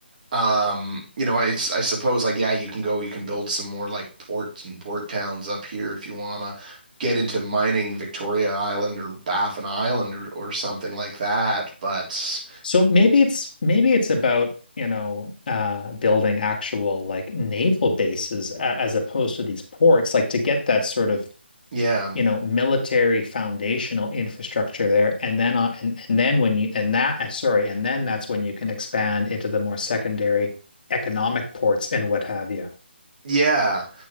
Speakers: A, on the right; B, on the left.
A: Um, you know, it's I suppose like yeah, you can go, you can build some more like ports and port towns up here if you wanna get into mining Victoria Island or Baffin Island or or something like that. But
B: So maybe it's maybe it's about, you know, uh building actual like naval bases a- as opposed to these ports, like to get that sort of,
A: yeah,
B: you know, military foundational infrastructure there and then on and, and then when you and that uh, sorry, and then that's when you can expand into the more secondary economic ports and what have you.
A: yeah.